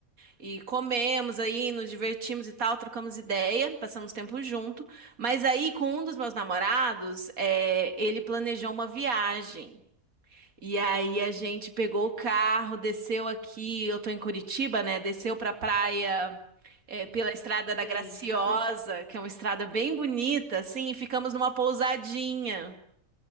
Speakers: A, on the right; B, on the left.
A: E comemos aí, nos divertimos e tal, trocamos ideia, passamos tempo junto. Mas aí, com um dos meus namorados, é, ele planejou uma viagem. E aí a gente pegou o carro, desceu aqui, eu tô em Curitiba, né? Desceu pra praia, é,
B: Não,
A: pela Estrada
B: que
A: da
B: delícia.
A: Graciosa,
B: <laughs>
A: que é uma estrada bem bonita, assim, e ficamos numa pousadinha